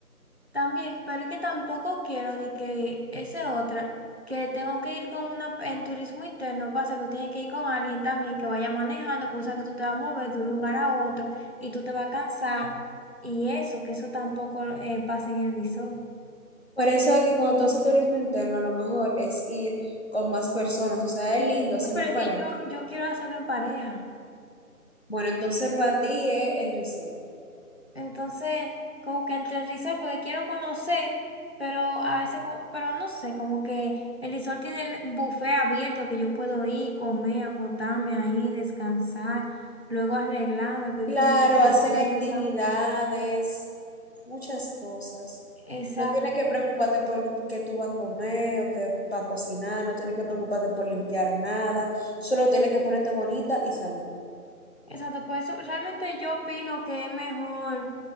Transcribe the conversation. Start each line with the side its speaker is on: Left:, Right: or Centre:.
Right: También, pero es que tampoco quiero de que ese otra, que tengo que ir con una, en turismo interno, pasa que tiene que ir con alguien también que vaya manejando, pues o sea que tú te vas a mover de un lugar a otro y tú te vas a cansar y eso, que eso tampoco eh, pasa en el resort.
Left: Por eso es que cuando tú haces turismo interno, lo mejor es ir con más personas. O sea, es lindo hacerlo
Right: No, Pero
Left: en
Right: es
Left: pareja.
Right: que yo, yo quiero hacerlo en pareja.
Left: Bueno, entonces para ti es el resort.
Right: Entonces, como que entre el resort, porque quiero conocer, pero a veces, como- pero no sé, como que el resort tiene el buffet abierto que yo puedo ir, comer, acotarme ahí, descansar, luego arreglarme, voy
Left: Claro,
Right: con la biblioteca.
Left: hacen actividades, muchas cosas.
Right: Exacto,
Left: No tienes que preocuparte por qué tú vas a comer o qué vas a cocinar, no tienes que preocuparte por limpiar nada, solo tienes que ponerte bonita y salir.
Right: exacto, por eso realmente yo opino que es mejor